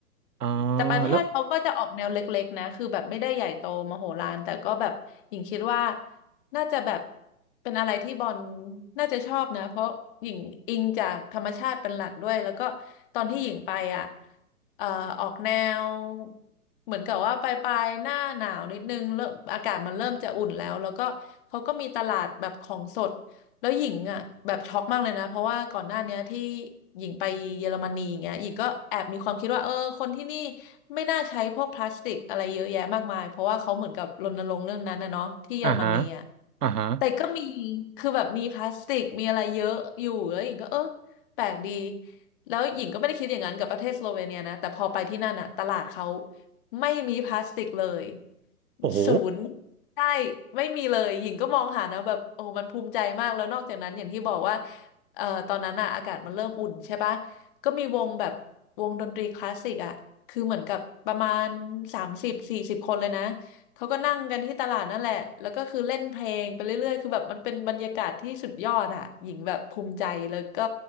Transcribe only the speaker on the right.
อ๋อ
แล้ว
อ่าฮะอ่าฮะ
โอ้โห